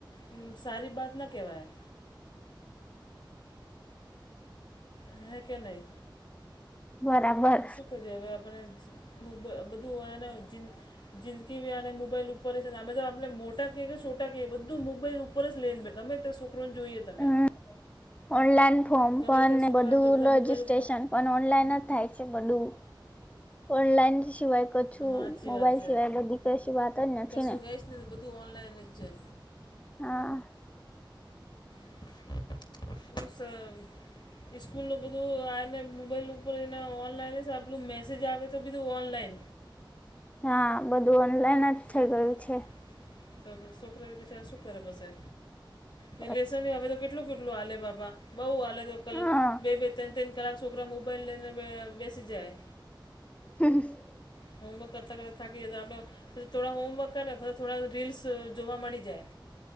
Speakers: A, on the left; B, on the left.
A: હ સારી બાત ના કહેવાય. હ કે નહી.
B: બરાબર
A: શું કરી્યું હવે આપણે મો બધુંને જિંદગી બી આને મોબાઈલ ઉપર ઉપ છે ને અમે તો આપણે મોટા કહીએ કે છોટા કહીએ બધું મોબાઈલ ઉપર જ લેનબેગ ગમે ત્યા છોકરોને જોઈએ તમે.
B: હમ ઓનલાઈન ફોર્મ
A: ગમે
B: પણ
A: તે છોકરાને
B: બધું
A: જો બધા
B: રજિસ્ટ્રેશન.
A: મોબાઈલ ઉપર
B: પણ ઓનલાઈન જ થાય છે બધું, ઓનલાઈન સિવાય કછું
A: હા સાચી
B: મોબાઈલ
A: વાત છે
B: સિવાય એ બ દીકરી વાત જ નથી
A: કશું
B: ને.
A: હે જ બધું ઓનલાઈન જ છે.
B: હા.
A: હસ <unintelligible> સ્સ્કૂલ નું બધું આ મોબાઈલ ઉપર એ ઓનલાઈનલું મેસેજ આવે તો બધું ઓનલાઈન.
B: હા બધું ઓનલાઈન જ થઇ
A: છોકરા
B: ગયું છે.
A: તો બસ છોકરા બ બચારા શું કરે બસે ને,
B: પછી
A: લેસન આવેવે તો કે કેટલું કેટલું હલે બાબા બઉ હાલે તો ક
B: હા
A: બે બે તન કલાક એરા મોબાઈલ લેને બેચ જાય.
B: હમ <unintelligible>
A: હોમવર્ક કરતા કરતા થાકી જતા આપણે પી થોડા હોમવર્ક કરે પ થોડા રીલ્સ જોવા મળી જાય.